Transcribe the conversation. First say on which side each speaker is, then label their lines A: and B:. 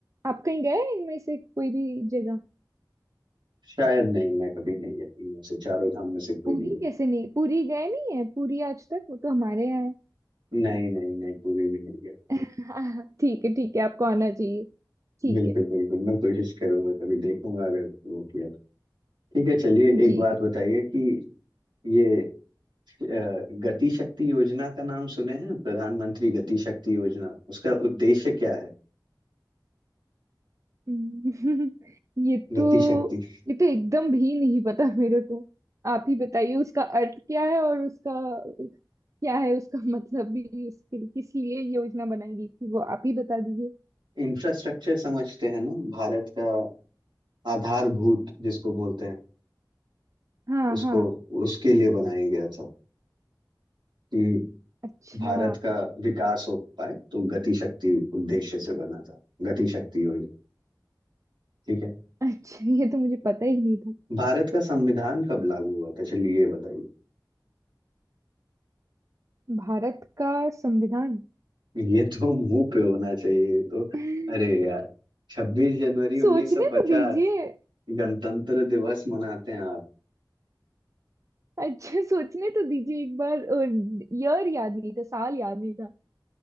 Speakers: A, on the right (about 40°); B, on the right (about 75°).
A: आप कहीं गए हैं इनमें से कोई भी जगह
B: शायद नहीं मैं कभी नहीं गया इनमें से चारों धाम में से कोई
A: पूरी
B: नहीं
A: कैसे नहीं पूरी गए नहीं है पूरी आज तक वो तो हमारे यहाँ
B: गया नहीं नहीं नहीं पुरी भी नहीं गया
A: है <laughs> ठीक है ठीक है आपको आना चाहिए ठीक
B: बिल्कुल
A: है
B: बिल्कुल मैं कोशिश करूंगा कभी देखूंगा अगर वो किया तो ठीक है चलिए एक
A: जी
B: बात बताइए कि ये अ, गति शक्ति योजना का नाम सुने हैं प्रधानमंत्री गति शक्ति योजना उसका उद्देश्य क्या है
A: हम्म, <laughs> ये
B: गति
A: तो
B: शक्ति
A: ये तो एकदम भी नहीं पता मेरे को आप ही बताइए उसका अर्थ क्या है और उसका क्या है उसका मतलब भी उसके किस लिए योजना बनाई गई थी वो आप ही बता दीजिए
B: इंफ्रास्ट्रक्चर समझते हैं ना भारत का आधारभूत जिसको बोलते हैं
A: हाँ
B: उसको
A: हाँ
B: उसके लिए बनाया गया था कि
A: अच्छा
B: भारत का विकास हो पाए तो गति शक्ति उद्देश्य से बना था गति शक्ति योजना ठीक है
A: अच्छा ये तो मुझे पता ही नहीं था
B: भारत का संविधान कब लागू हुआ था चलिए ये बताइए
A: भारत का संविधान
B: ये तो मुंह पे होना चाहिए ये तो
A: <laughs>
B: अरे यार छब्बीस जनवरी उन्नीस
A: सोचने
B: सौ पचास
A: तो दीजिए
B: गणतंत्र दिवस मनाते हैं आप
A: अच्छा सोचने तो दीजिए एक बार ईयर याद नहीं था साल याद नहीं था